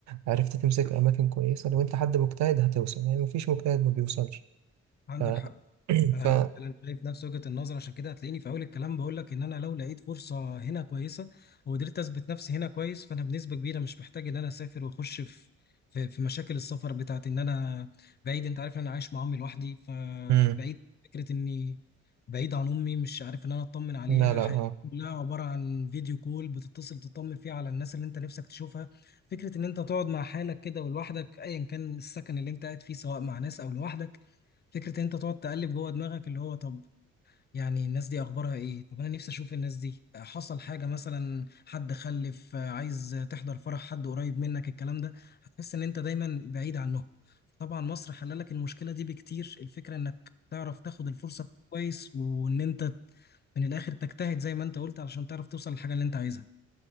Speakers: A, on the right (about 70°); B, on the left (about 35°).
A: عرفت تمسك أماكن كويسة لو أنت حد مجتهد هتوصل يعني مفيش مجتهد ما بيوصلش
B: عندك
A: ف
B: حق
A: <clears throat>
B: انا
A: ف
B: انا شايف نفس وجهة النظر عشان كده هتلاقيني في اول الكلام بقول لك ان انا لو لقيت فرصة هنا كويسة وقدرت اثبت نفسي هنا كويس فانا بنسبة كبيرة مش محتاج ان انا اسافر واخش في في في مشاكل السفر بتاعت ان انا بعيد انت عارف ان انا عايش مع امي لوحدي فبعيد
A: مم.
B: فكرة اني بعيد عن امي مش عارف ان انا اطمن عليها
A: لا لا
B: حياتي
A: اه
B: كلها عبارة عن فيديو كول بتتصل تطمن فيه على الناس اللي انت نفسك تشوفها فكرة ان انت تقعد مع حالك كده ولوحدك ايا كان السكن اللي انت قاعد فيه سواء مع ناس او لوحدك فكرة إن أنت تقعد تقلب جوه دماغك اللي هو طب يعني الناس دي أخبارها إيه؟ طب أنا نفسي أشوف الناس دي حصل حاجة مثلا حد خلف عايز تحضر فرح حد قريب منك الكلام ده هتحس إن أنت دايما بعيد عنهم طبعا مصر حللك المشكلة دي بكتير الفكرة إنك تعرف تاخد الفرصة كويس وإن أنت من الآخر تجتهد زي ما أنت قلت علشان تعرف توصل للحاجة اللي أنت عايزها